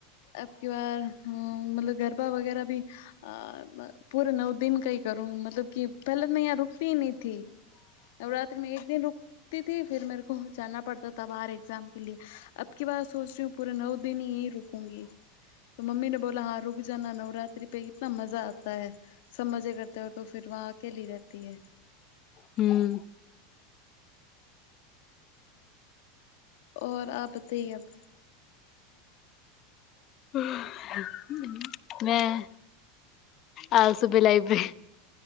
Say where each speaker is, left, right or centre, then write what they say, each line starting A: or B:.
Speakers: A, on the left; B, on the left.
A: <unintelligible> <unintelligible> નવરાત્રી મે એક બેન દીન રુક તીથી ફિર મેરે કો જાના પડતા થા બહાર એક્ઝામ કે લીયે અબ કી બાર સોચ રહી હું પૂરા નવ દિન રુકુગી તો મમ્મીને બોલા હા રુક જાન નવરાત્રિ પે કિતના મજા આતા હે સબ મજે કરતે હે તો ફિર વહા અકેલી રહેતી હે.
B: હમમ
A: ઔર આ બધીવએમ
B: હ. મેં હે આજ સુબે લાઈબ્રે